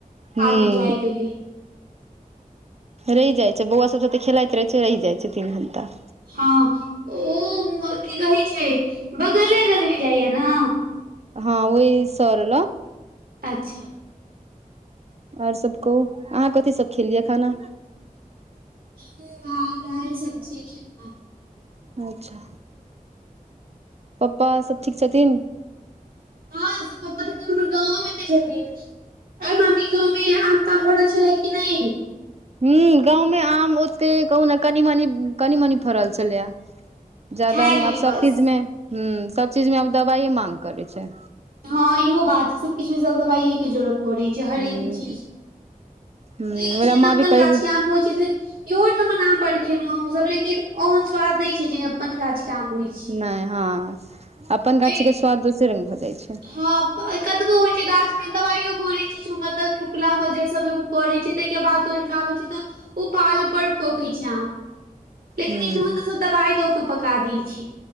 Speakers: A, on the right; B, on the right.
A: हूँ
B: आदित लाग गेले
A: रहि जाइत छै बौआ सब सब त खेलाइत रहै छै रहि जाइत छै तीन घंटा
B: हँ ओ की कहै छै बगले अगलमे जाइया ने
A: हँ ओहि सर
B: अच्छा
A: आओर सब कहू अहाँ कथी सब खेलियै खाना
B: हम भात दालि सब्जी खना <unintelligible>
A: अच्छा पप्पा सब ठीक छथिन
B: हँ से पप्पा तर न आर मामी गाँवमे आम ताम फड़ल छलै कि नहि
A: हू गाँवमे आम ओते कहू ने कनी मनी कनी मनी फड़ल छलै जादा
B: खाय
A: नहि
B: लेल
A: आब सब
B: बस
A: चीज मे ह सब चीज मे आब दबाइए माँग करै छय
B: हँ इहो बात छय सब किछमें दवाइया के जरुरत पड़ छै
A: हूँ
B: हर एक चिज
A: हूँ
B: त्यो
A: ओला
B: जेहेन
A: माँ
B: अपन
A: भी कहि
B: गाछ के आम इहोठ नाम परेलँ हम सब लेकिन ओहन स्वाद नहि छै जे अपन गाछ जाम छै <unintelligible>
A: नहि हँ अपन गाछी
B: एहि
A: के स्वाद दोसर रंग भऽ जाइ छय
B: हँ कतबो होइ छै गाछ में दवाईयो परै छय मतलब टुकला मजर सब पड़े छै ताहिके बाद तोड़ केे आबै छै तऽ ओ पाल पर पकै छय आम लेकिन
A: हूँ
B: एहिठमा तऽ सब दवाई दऽ केऽ पका दै छी